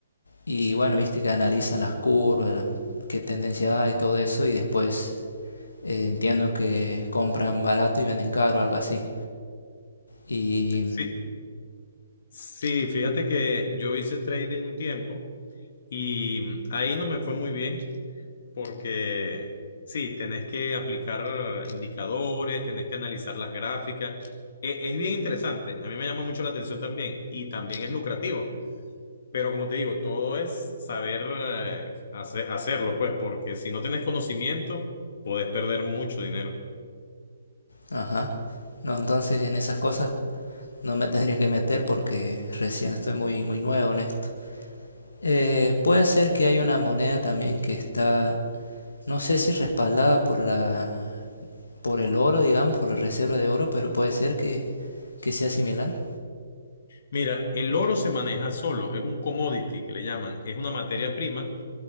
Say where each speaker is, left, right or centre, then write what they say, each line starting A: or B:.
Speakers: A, on the left; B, on the left.
A: Y bueno, viste que analizan las curvas, qué tendencia hay, y todo eso, y después Eh, entiendo que compran barato y venden caro, algo así. Y...
B: Sí, sí, fíjate que yo hice trading un tiempo Y ahí no me fue muy bien porque sí, tenés que aplicar indicadores, tenés que analizar las gráficas. E- Es, bien interesante, a mí me llama mucho la atención también y también es lucrativo. Pero como te digo, todo es saber eh, hace- hacerlo, pues, porque si no tenés conocimiento, podés perder mucho dinero.
A: Ajá. No, entonces en esas cosas no me <laughs> tendría que meter porque recién estoy muy, muy nuevo en esto. Eh, puede ser que hay una moneda también que está, no sé si respaldada por la, por el oro, digamos, por la reserva de oro, pero puede ser que, que sea similar.
B: Mira, el oro se maneja solo, es un commodity que le llaman, es una materia prima